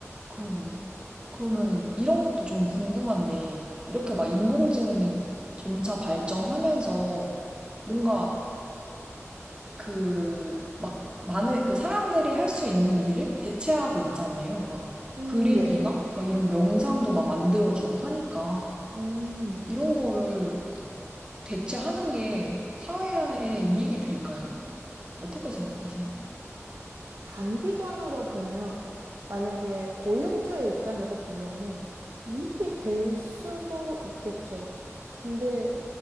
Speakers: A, on the right; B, on the right.
A: 그러게요. 그러면 이런 것도 전 궁금한데, 이렇게 막 인공지능이 점차 발전하면서 뭔가 그, 막 많은, 그 사람들이 할 수 있는 일을 대체하고 있잖아요. 막
B: 음,
A: 그림이나
B: 네네.
A: 막 이런 영상도 막 만들어주고 하니까
B: 음.
A: 이런 거를 대체하는 게 사회에 이익이 될까요? 어떻게 생각하세요?
B: 단기간으로 보면 만약에 고용주의 입장에서 보면은 이익이 될 수도 있겠죠. 근데